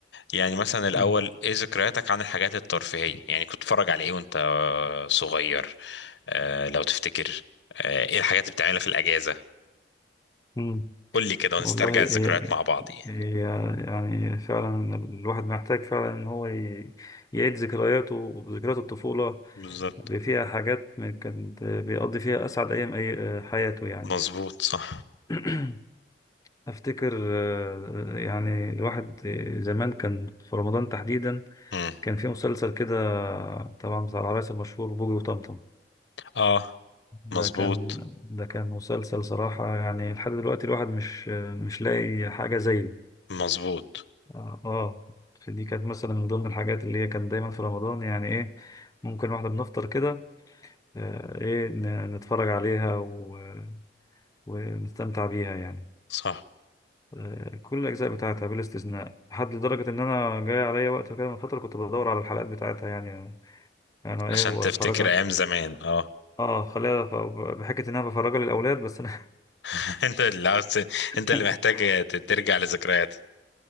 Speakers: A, on the left; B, on the left.
A: يعني مثلا الاول
B: مم.
A: ايه ذكرياتك عن الحاجات الترفيهية؟ يعني كنت بتتفرج على ايه وانت آه، صغير؟ آه لو تفتكر آه ايه الحاجات اللي بتعملها في الاجازة؟
B: مم.
A: قول لي كده ونسترجع
B: والله هي
A: الذكريات مع بعض يعني
B: هي يعني فعلا الواحد محتاج فعلا إن هو ي- يعيد ذكرياته ذكريات الطفولة
A: بالظبط
B: اللي فيها حاجات من- كانت بيقضي فيها أسعد أيام أي حياته يعني
A: مظبوط صح
B: <clears throat> أفتكر آه، يعني الواحد زمان كان في رمضان تحديدا
A: مم.
B: كان في مسلسل كده طبعا بتاع العرايس المشهور بوجي وطمطم
A: اه
B: ده
A: مظبوط
B: كان ده كان مسلسل صراحة يعني لحد دلوقتي الواحد مش مش لاقي حاجة زيه
A: مظبوط
B: اه آه. فدي كانت مثلا من ضمن الحاجات اللي هي كان دايما في رمضان يعني ايه ممكن واحنا بنفطر كده آه، ايه ن- نتفرج عليها و... ونستمتع بيها يعني
A: صح
B: آه، كل الأجزاء بتاعتها بلا استثناء لحد لدرجة إن أنا جاي عليا وقت كده من فترة كنت بدور على الحلقات بتاعتها يعني أنا إيه
A: عشان
B: وأفرجها
A: تفتكر ايام زمان اه
B: آه خليها ف- بحكة إن أنا بفرجها للأولاد بس أنا
A: <laughs> انت اللي عاوز ت- انت اللي
B: <laughs>
A: محتاج ت- ترجع لذكريات